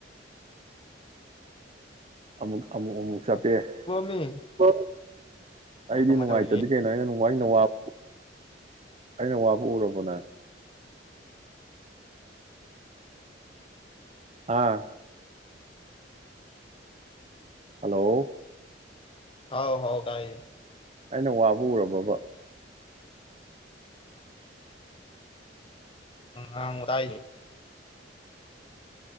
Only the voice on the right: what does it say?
ꯑꯃꯨꯛ ꯑꯃꯨ ꯑꯃꯨꯛ ꯆꯞꯄꯦ <unintelligible>
ꯑꯩꯗꯤ
ꯅꯨꯡꯉꯥꯏꯇꯗꯤ
ꯀꯩꯅꯣ ꯑꯩꯅ ꯅꯨꯡ ꯑꯩꯅ ꯋꯥꯕꯨ ꯑꯩꯅ ꯋꯥꯕꯨ ꯎꯔꯕꯣ ꯅꯪ꯫ ꯑꯥ꯫ ꯍꯜꯂꯣ꯫
ꯑꯩꯅ ꯋꯥꯕꯨ ꯎꯔꯕꯣꯕ꯫